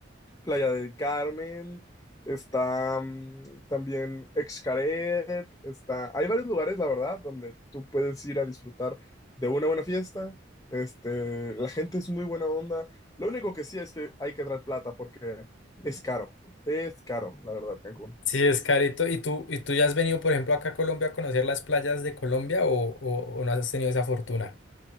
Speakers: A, on the left; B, on the left.
A: Playa del Carmen, está mm, también Xcaret, está... Hay varios lugares, la verdad, donde tú puedes ir a disfrutar de una buena fiesta. Este, la gente es muy buena onda. Lo único que sí es que hay que traer plata porque es caro. Es caro, la verdad, Cancún.
B: Sí, es carito. ¿Y tú, y tú ya has venido, por ejemplo, acá a Colombia a conocer las playas de Colombia o, o o no has tenido esa fortuna?